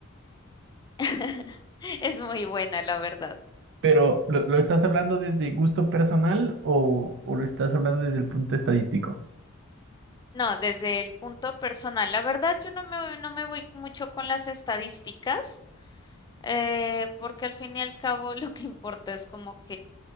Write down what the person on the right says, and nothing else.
Pero, ¿lo, lo estás hablando desde gusto personal o, o lo estás hablando desde el punto estadístico?